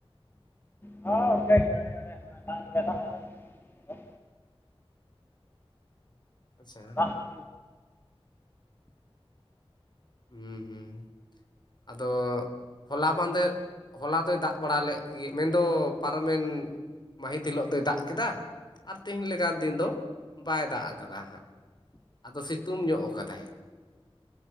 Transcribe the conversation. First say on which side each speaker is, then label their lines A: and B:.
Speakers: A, on the left; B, on the left.
A: ᱦᱚᱸ ᱚᱱᱠᱟᱜᱮ ᱟᱲᱮ ᱟᱲᱮ ᱫᱟᱜ ᱜᱮ ᱵᱟᱭ ᱫᱟᱜ ᱮᱫᱟ ᱜᱮ
B: ᱟᱪᱪᱷᱟ᱾
A: ᱵᱟᱝ
B: ᱦᱩᱸᱻ ᱦᱩᱸᱻ᱾ ᱟᱫᱚ ᱦᱚᱞᱟ ᱢᱟᱸᱫᱷᱮᱨ ᱦᱚᱞᱟ ᱫᱚᱭ ᱫᱟᱜ ᱵᱟᱲᱟ ᱞᱮᱫ ᱜᱮ ᱢᱮᱱᱫᱚ ᱯᱟᱨᱚᱢᱮᱱ ᱢᱟᱹᱦᱤᱛ ᱦᱤᱞᱳᱜ ᱫᱚᱭ ᱫᱟᱜ ᱠᱮᱫᱟ᱾ ᱟᱨ ᱛᱤᱦᱮᱧ ᱞᱮᱠᱟ ᱫᱤᱱ ᱫᱚ ᱵᱟᱭ ᱫᱟᱜ ᱠᱟᱫᱟ, ᱦᱟᱸᱜ ᱟᱫᱚ ᱥᱤᱛᱩᱝ ᱧᱚᱢᱜ ᱠᱟᱫᱟᱭᱼ-